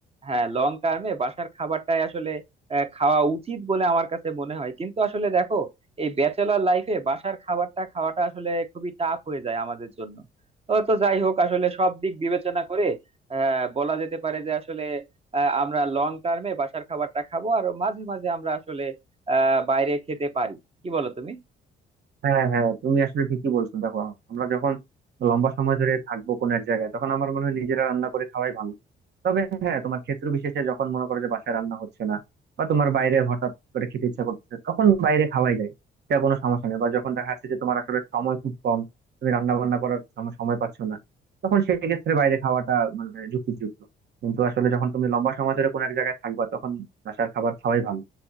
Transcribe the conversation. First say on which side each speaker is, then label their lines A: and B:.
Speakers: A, on the right (about 30°); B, on the right (about 60°).
A: হ্যাঁ লং টার্মে বাসার খাবারটাই আসলে আহ, খাওয়া উচিত বলে আমার কাছে মনে হয় কিন্তু আসলে দেখো এই ব্যাচেলর লাইফে বাসার খাবারটা খাওয়াটা আসলে খুবই টাফ হয়ে যায় আমাদের জন্য ও তো যাই হোক আসলে সব দিক বিবেচনা করে হ্যাঁ বলা যেতে পারে যে আসলে আহ, আমরা লং টার্মে বাসার খাবারটা খাবো আর মাঝে মাঝে আমরা আসলে আহ বাইরে খেতে পারি কি বলো তুমি
B: হ্যাঁ হ্যাঁ তুমি আসলে ঠিকই বলছো দেখো আমরা যখন লম্বা সময় ধরে থাকবো কোনো এক জায়গায় তখন আমার মনে হয় নিজেরা রান্না করে খাওয়াই ভালো তবে হ্যাঁ তোমার ক্ষেত্র বিশেষে যখন মনে করো যে বাসায় রান্না হচ্ছে না বা তোমার বাইরে হঠাৎ করে খেতে ইচ্ছা করতেছে তখন বাইরে খাওয়াই যায় সেটা কোনো সমস্যা নেই বা যখন দেখা যাচ্ছে যে তোমার আসলে সময় খুব কম তুমি রান্না বান্না করার সম- সময় পাচ্ছ না তখন সেক্ষেত্রে বাইরে খাওয়াটা মানে যুক্তিযুক্ত কিন্তু আসলে যখন তুমি লম্বা সময় ধরে কোনো এক জায়গায় থাকবা তখন বাসার খাবার খাওয়াই ভালো